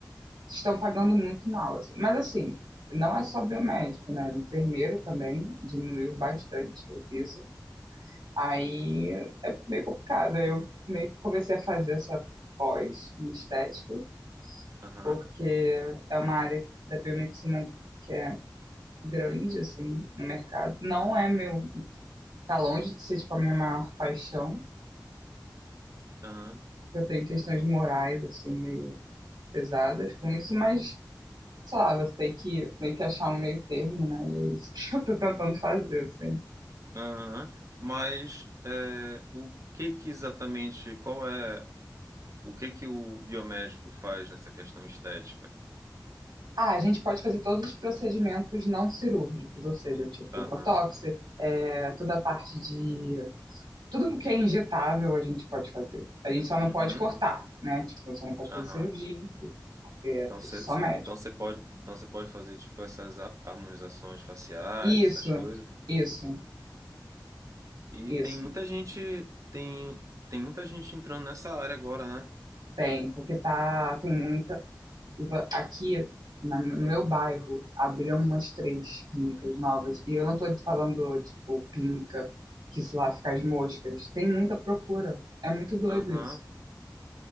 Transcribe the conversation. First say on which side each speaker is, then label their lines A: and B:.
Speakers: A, on the right (about 80°); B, on the right (about 45°).
A: estão pagando muito mal, assim. Mas, assim, não é só biomédico, né? Enfermeiro também diminuiu bastante o piso. Aí é meio complicado. Eu meio que comecei a fazer essa pós em estética,
B: Aham,
A: porque é uma área da biomedicina que é grande, assim, no mercado. Não é meu Tá longe de ser, tipo, a minha maior paixão.
B: aham,
A: Eu tenho questões morais, assim, meio pesadas com isso, mas, sei lá, você tem que meio que achar um meio termo, né? E é isso que <laughs> eu tô tentando fazer, assim.
B: aham. Mas é, o que que exatamente, qual é, o que que o biomédico faz nessa questão estética?
A: Ah, a gente pode fazer todos os procedimentos não cirúrgicos, ou seja, tipo,
B: Aham.
A: botox, é, toda a parte de... Tudo que é injetável a gente pode fazer. A gente só não
B: Uhum.
A: pode cortar, né? Tipo, só não pode
B: Aham.
A: fazer cirurgia em si, porque é
B: Então
A: só
B: você
A: médico.
B: então você pode, então você pode fazer tipo essas a- harmonizações faciais,
A: Isso,
B: essas coisas.
A: isso,
B: E
A: isso.
B: tem muita gente, tem tem muita gente entrando nessa área agora, né?
A: Tem, porque tá, tem muita. Aqui na- no meu bairro abriram umas três clínicas novas. E eu não tô te falando, tipo, clínica que, sei lá, fica as moscas. Tem muita procura. É muito doido
B: Aham.
A: isso.